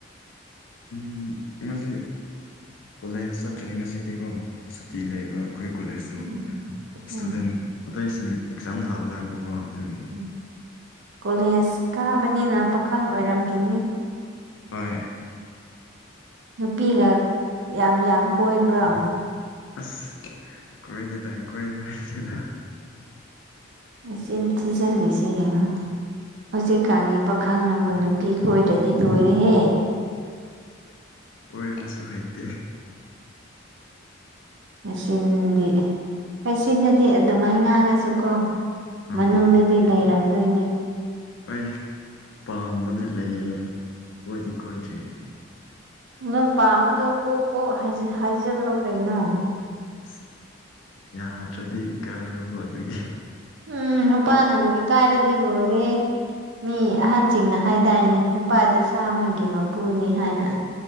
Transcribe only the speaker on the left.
ꯎꯝ ꯉꯁꯤ ꯀꯣꯂꯦꯖ ꯆꯠꯇ꯭ꯔꯦ ꯉꯁꯤꯗꯤꯀꯣ ꯁꯨꯇꯤ ꯂꯩꯕ ꯑꯩꯈꯣꯏ ꯀꯣꯂꯦꯖꯁꯨ
ꯏꯁꯇꯨꯗꯦꯟ
ꯑꯇꯩꯁꯤꯡ ꯑꯦꯛꯖꯥꯝ ꯊꯥꯕ ꯂꯥꯛꯄꯀꯣ ꯑꯗꯨꯒꯤ
ꯍꯣꯏ
ꯑꯁ ꯀꯣꯏꯗꯦꯗ ꯀꯣꯏꯕ ꯍꯩꯇꯦꯗ
ꯀꯣꯏꯕꯁꯨ ꯍꯩꯇꯦ
ꯑꯥ
ꯑꯩ ꯄꯥꯝꯕꯗꯤ ꯂꯩꯌꯦ ꯀꯣꯏꯗꯤ ꯀꯣꯏꯗ꯭ꯔꯤ
ꯑꯁ ꯌꯥꯗ꯭ꯔꯗꯤ ꯀꯥꯏꯕꯒꯣ ꯑꯗꯨꯒꯤ